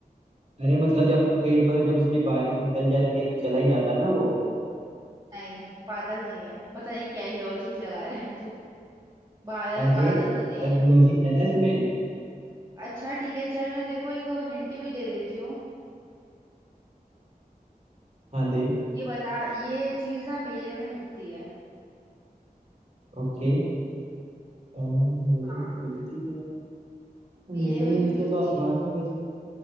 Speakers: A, on the right; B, on the right.
A: अरे मतलब जब पेड़ मतलब जब उसकी बारिश निकल जाती है तो चला ही जाता है ना वो
B: नहीं बादल नहीं है पता नहीं क्या ही लॉजिक लगा रहा है तू बादल
A: अरे
B: बादल तो नहीं
A: लॉजिक
B: है
A: है ना इसमें
B: अच्छा ठीक है चल मैं तेरे को एक हिंट भी दे देती हूँ
A: हाँ दे
B: ये बता ये चीज ना मेले में मिलती है
A: ओके अ, मेले
B: हाँ
A: में मिलती है तो
B: मेले
A: मेले
B: में
A: में मिलती
B: भी मिलती
A: है तो आसमान
B: है
A: में कैसे